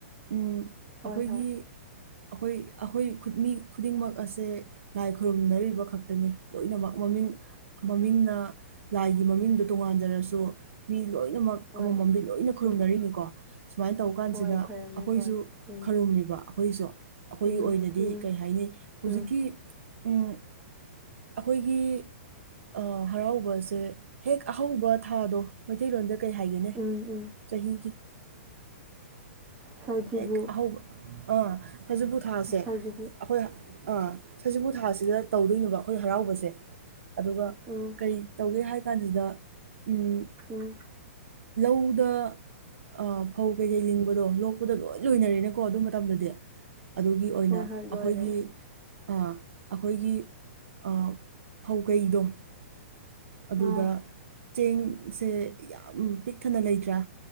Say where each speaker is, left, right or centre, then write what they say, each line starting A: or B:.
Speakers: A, on the right; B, on the right.
A: ꯎꯝ
B: ꯍꯣꯏ
A: ꯑꯈꯣꯏꯒꯤ
B: ꯍꯣꯏ
A: ꯑꯈꯣꯏ ꯑꯈꯣꯏ ꯈꯨꯠ ꯃꯤ ꯈꯨꯗꯤꯡꯃꯛ ꯑꯁꯦ ꯂꯥꯏ ꯈꯨꯔꯨꯝꯅꯔꯤ ꯕꯈꯛꯇꯅꯦ ꯂꯣꯏꯅꯃꯛ ꯃꯃꯤꯡ ꯃꯃꯤꯡꯅꯥ ꯂꯥꯏꯒꯤ ꯃꯃꯤꯡꯗꯣ ꯇꯣꯉꯥꯟꯖꯔꯁꯨ ꯃꯤ ꯂꯣꯏꯅꯃꯛ
B: ꯍꯣꯏ
A: ꯑꯃꯃꯝꯗꯤ ꯂꯣꯏꯅ ꯈꯨꯔꯨꯝꯅꯔꯤꯅꯤꯀꯣ
B: ꯎꯝ
A: ꯁꯨꯃꯥꯏꯟ ꯇꯧ ꯀꯥꯟꯁꯤꯗ
B: ꯍꯣꯏ ꯈꯣꯏꯔꯝꯅꯤ
A: ꯑꯈꯣꯏꯁꯨ
B: ꯍꯣꯏ ꯎꯝ
A: ꯈꯔꯨꯝꯃꯤꯕ ꯑꯈꯣꯏꯁꯨ ꯑꯈꯣꯏꯒꯤ
B: ꯎꯝ
A: ꯑꯣꯏꯅꯗꯤ
B: ꯎꯝ
A: ꯀꯩ ꯍꯥꯏꯅꯤ ꯍꯧꯖꯤꯛꯀꯤ
B: ꯎꯝ
A: ꯎꯝ ꯑꯈꯣꯏꯒꯤ ꯑ ꯍꯔꯥꯎꯕꯁꯦ ꯍꯦꯛ ꯑꯍꯧꯕ ꯊꯥꯗꯣ ꯃꯩꯇꯩꯂꯣꯟꯗ ꯀꯩ ꯍꯥꯏꯒꯦꯅꯦ
B: ꯎꯝ ꯎꯝ
A: ꯆꯍꯤꯒꯤ
B: ꯁꯖꯤꯕꯨ
A: ꯍꯦꯛ ꯑꯍꯧꯕ ꯑꯥ ꯁꯖꯤꯕꯨ ꯊꯥꯁꯦ
B: ꯁꯖꯤꯕꯨ
A: ꯑꯈꯣꯏ ꯑꯥ ꯁꯖꯤꯕꯨ ꯊꯥꯁꯤꯗ ꯇꯧꯗꯨꯏꯅꯦꯕ ꯑꯈꯣꯏ ꯍꯔꯥꯎꯕꯁꯦ ꯑꯗꯨꯒ
B: ꯎꯝ
A: ꯀꯩ ꯇꯧꯒꯦ ꯍꯥꯏ ꯀꯥꯟꯁꯤꯗ ꯎꯝ
B: ꯎꯝ
A: ꯂꯧꯗ ꯑ ꯐꯧ ꯀꯩꯀꯩ ꯂꯤꯡꯕꯗꯣ ꯂꯣꯛꯄꯗ ꯂꯣꯏ ꯂꯣꯏꯅꯔꯦꯅꯦꯀꯣ ꯑꯗꯨ ꯃꯇꯝꯗꯗꯤ ꯑꯗꯨꯒꯤ ꯑꯣꯏꯅ
B: ꯍꯣꯏ ꯍꯣꯏ ꯂꯣꯏꯔꯦ
A: ꯑꯈꯣꯏꯒꯤ ꯑꯥ ꯑꯈꯣꯏꯒꯤ ꯑꯥ ꯐꯧꯒꯩꯗꯣ ꯑꯗꯨꯗ
B: ꯑꯥ
A: ꯆꯦꯡꯁꯦ ꯌꯥꯝ ꯄꯤꯛꯊꯟꯅ ꯂꯩꯇ꯭ꯔꯥ